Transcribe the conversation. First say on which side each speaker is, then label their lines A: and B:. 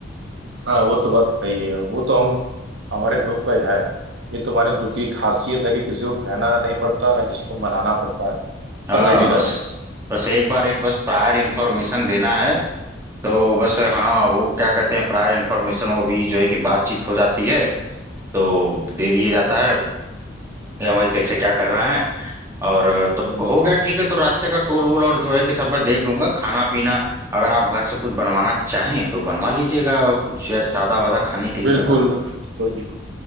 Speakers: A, on the right (about 90°); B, on the right (about 15°).
A: हाँ वो तो बात सही है वो तो हम हमारे ग्रुप का ही है ये तुम्हारे ग्रुप की खासियत है कि किसी को कहना नहीं पड़ता ना किसी को मनाना पड़ता है
B: हाँ
A: सब रेडी
B: बस
A: रहते हैं
B: बस एक बार एक बस प्रायर इन्फॉर्मेशन देना है तो बस हाँ वो क्या कहते हैं प्रायर इन्फॉर्मेशन वो भी जो है कि बातचीत हो जाती है तो दे दिए जाता है या वही कैसे क्या कर रहा है और अ, तब
A: हम्म।
B: हो गया ठीक है तो रास्ते का टोल वोल और जो है कि सब मैं देख लूंगा खाना पीना अगर आप घर से कुछ बनवाना चाहें तो बनवा लीजिएगा और कुछ यार सादा वादा खाने के लिए
A: बिल्कुल
B: मतलब
A: बिल्कुल बिल्कुल।